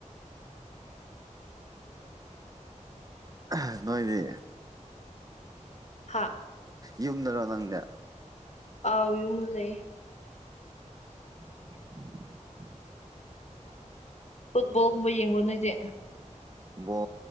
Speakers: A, on the right (about 30°); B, on the left (about 60°).
A: ꯑꯍꯥ ꯅꯣꯏꯗꯤ
B: ꯍꯥ
A: ꯌꯨꯝꯗꯔꯣ ꯅꯪꯗꯤ
B: ꯑꯧ ꯌꯨꯝꯗ ꯂꯩꯌꯦ
A: <inaudible>
B: ꯐꯨꯠꯕꯣꯜꯒꯨꯝꯕ ꯌꯦꯡꯕ꯭ꯔꯣ ꯅꯣꯏꯗꯤ
A: ꯕꯣ